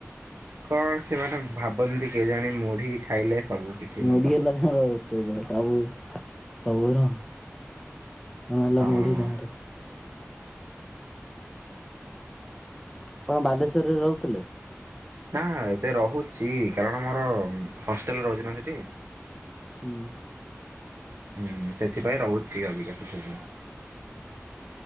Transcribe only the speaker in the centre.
ମୁଡି
ହେଲା ତାର ଔଷଧ ସବୁ ସବୁର। ହଁ ହେଲା
ମୁଢି ତାଙ୍କର ଆପଣ ବାଲେଶ୍ୱରରେ ରହୁଥୁଲେ?
ହୁଁ।